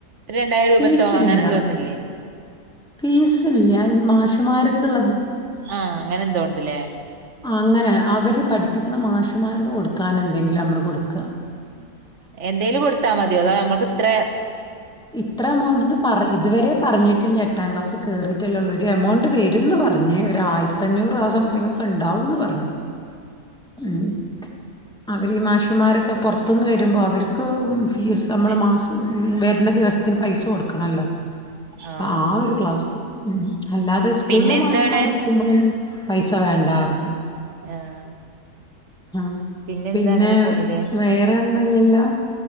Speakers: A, on the right; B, in the centre.
A: രണ്ടായിരം രൂപത്തോ
B: ഫീസ്
A: അങ്ങനെ
B: ഇല്യാ
A: എന്തോന്നില്ലേ
B: ഫീസ്‌ ല്യ ഈ മാഷ്മാര്ക്ക്ള്ള
A: ആ അങ്ങനെ എന്തോണ്ട്ലേ
B: അങ്ങനെ അവര് പഠ്പ്പിക്കുന്ന മാഷമാര്ക്ക് കൊടുക്കാനന്തെങ്കിലും അമ്മള് കൊടുക്കാ
A: എന്തേലും കൊട്ത്താ മതിയോ അതോ നമ്മൾക്ക് ഇത്രെ
B: ഇത്ര എമൗണ്ട്ന്ന് പറ ഇതുവരെ പറഞ്ഞിട്ടില്ല എട്ടാം ക്ലാസ് കേറീട്ടല്ലള്ളൂ. ഒരു എമൗണ്ട് വരുംന്ന് പറഞ്ഞ് ഒരു ആയിരത്തഞ്ഞൂറ് ആ സംതിങ്ങൊക്കെ ഇണ്ടാവുന്ന് പറഞ്ഞ് ഉം അവര് ഈ മാഷ്മാരൊക്കെ പൊർത്ത്ന്ന് വെരുമ്പൊ അവര്ക്ക് ഫീസ് അമ്മള്
A: അതെ
B: മാസം വെ ഇന്ന ദിവസ്ത്തിന് പൈസ കൊടുക്കണല്ലോ
A: ആഹ്
B: അപ്പൊ ആ ഒരു ക്ലാസ് ഉം അല്ലാതെ സ്കൂൾലെ
A: പിന്നെ
B: മാഷ്മാര്ട്ക്കുമ്പോഴൊന്നും
A: എന്താണ്
B: പൈസ വേണ്ടാർന്ന്
A: ആഹ്
B: ഉം
A: പിന്നെന്താ
B: പിന്നെ
A: അങ്ങനെ പോണില്ലേ
B: വേറൊന്നും ഇല്യല്ലോ?